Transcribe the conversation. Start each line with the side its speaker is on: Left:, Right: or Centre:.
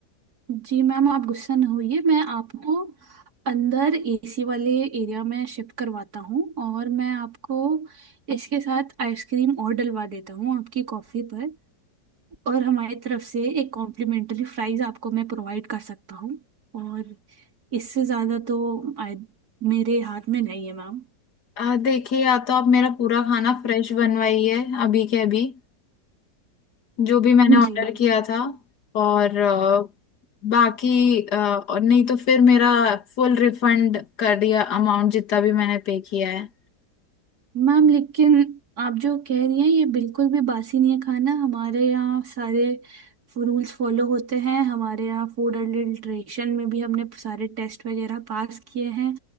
Right: जी मैम आप गुस्सा न होइए मैं आपको अंदर एसी वाले एरिया में शिफ्ट करवाता हूँ और मैं आपको इसके साथ आइसक्रीम और डलवा देता हूँ आपकी कॉफ़ी पर और हमारी तरफ से एक कॉम्प्लीमेंट्री फ्राइज़ आपको मैं प्रोवाइड कर सकता हूँ और इससे ज़्यादा तो I- मेरे हाथ में नहीं है मैम
Left: आ, देखिए या तो आप मेरा पूरा खाना फ्रेश बनवाइए अभी के अभी जो भी मैंने ऑर्डर
Right: जी
Left: किया था और अ, बाकी अ, और नहीं तो फिर मेरा फुल रिफंड कर दिया अमाउंट जितना भी मैंने पे किया है
Right: मैम लेकिन आप जो कह रही हैं ये बिल्कुल भी बासी नहीं है खाना हमारे यहाँ सारे रूल्स फॉलो होते हैं हमारे यहाँ फूड अडल्ट्रेशन में भी हमने सारे टेस्ट वगैरह पास किए हैं